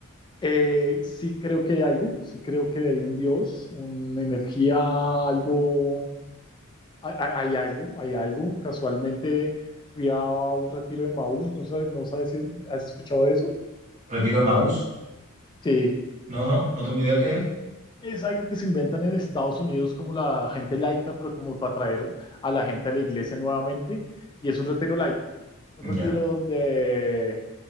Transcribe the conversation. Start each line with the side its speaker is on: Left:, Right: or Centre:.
Left: Eh, sí creo que hay algo, sí creo que hay un Dios, una energía, algo, hay, hay- hay algo, hay algo. Casualmente fui a un retiro de Maús, no sabes, no sabes si has escuchado de eso.
Right: Retiro de Maús.
Left: Sí,
Right: No, no, no tengo idea qué es.
Left: Es algo que se inventan en Estados Unidos como la gente laica, pero como para atraer a la gente a la iglesia nuevamente. Y es un retiro laico, un
Right: Ya.
Left: retiro donde